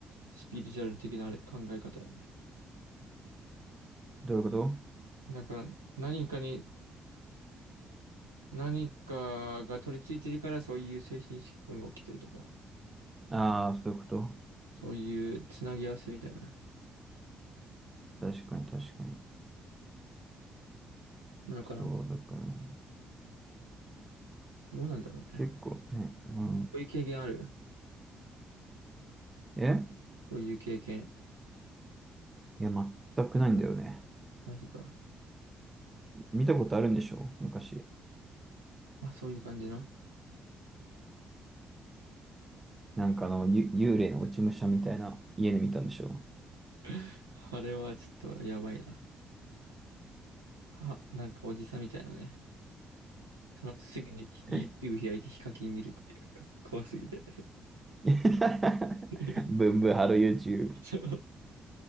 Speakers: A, on the right (about 85°); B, on the right (about 25°).
A: スピリチュアル的なあれ考え方よね。
B: どういうこと
A: だから、何かに、何かが取り付いてるから、そういう精神疾患が起きてるとか、
B: ああー、そういうこと。
A: そういうつなぎ合わせみたいな
B: 確かに確かに。
A: のかな。
B: そう、だからね、
A: どうなんだろうね。
B: 結構ね、うん。
A: そういう経験ある
B: え
A: そういう経験。
B: いや、全くないんだよね。
A: マジか。
B: 見たことあるんでしょ昔。
A: まあ、そういう感じの。
B: なんかあの、ゆ幽霊の落ち武者みたいな家で見たんでしょ
A: <laughs> あれはちょっとやばいな。は、なんかおじさんみたいなね。その後すぐに YouTube
B: え
A: 開いてヒカキン見るっていう。怖すぎて。
B: <laughs>
A: <laughs>
B: ブンブンハロー YouTube。
A: そ